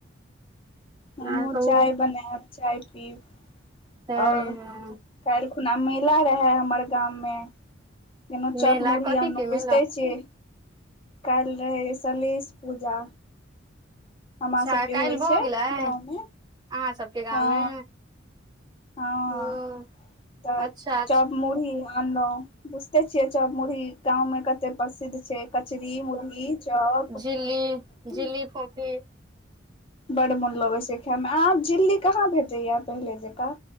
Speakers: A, on the left (about 30°); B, on the right (about 20°).
A: हमहु
B: आर कहू
A: चाय बनायब चाय पीयू
B: तऽ
A: आओर काल्हि खुना मेला रहे हमर गाम मे केना
B: मेला
A: चॉप मड़ि
B: कथी
A: आनलौ
B: के मेला
A: बुझै छिय काल्हि रहै सलहेस पूजा हमरा
B: अच्छा
A: सभके
B: काइल
A: होइ
B: भऽ
A: छै
B: गेलै अहाँ
A: गाँवमे
B: सभके गाममे
A: हँ हँ
B: ओ
A: त
B: अच्छा अच्छा
A: चप मुरही आनलहु बुझते छिये चौप मुुरही गांव कत्ते कतै प्रसिद्ध छै कचरी मुरही चैप हुं
B: झिल्ली झिल्ली फोफी
A: बड मन लोगे छै खाइ मे आब झिंगली कहाँ भेटैया पहिले जकाँ